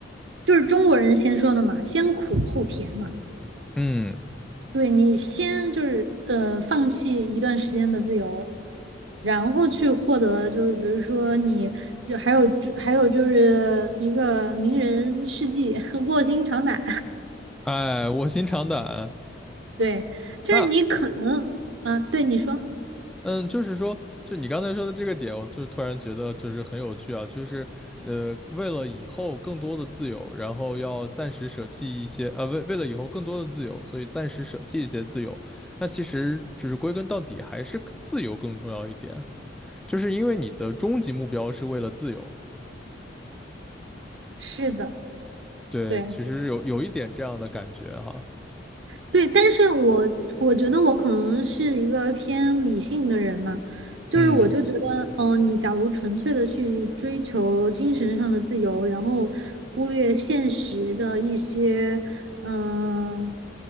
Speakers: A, on the right; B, in the centre.
A: 就是中国人先说的嘛，先苦后甜嘛。
B: 嗯，
A: 对你先就是呃放弃一段时间的自由，然后去获得就是比如说你就还有就还有就是一个名人事迹，<laughs> 卧薪尝胆，
B: 哎，卧薪尝胆啊。
A: <laughs> 对，就是你可能啊，
B: 那
A: 对你说
B: 嗯，就是说，就你刚才说的这个点，我就突然觉得就是很有趣啊，就是呃，为了以后更多的自由，然后要暂时舍弃一些，呃，为为了以后更多的自由，所以暂时舍弃一些自由。那其实就是归根到底还是自由更重要一点，就是因为你的终极目标是为了自由。
A: 是的，
B: 对，
A: 对，
B: 其实有有一点这样的感觉哈，
A: 对，但是我我觉得我可能是一个偏理性的人嘛，就是我就觉得，
B: 嗯
A: 嗯、你假如纯粹的去追求精神上的自由，然后忽略现实的一些，嗯、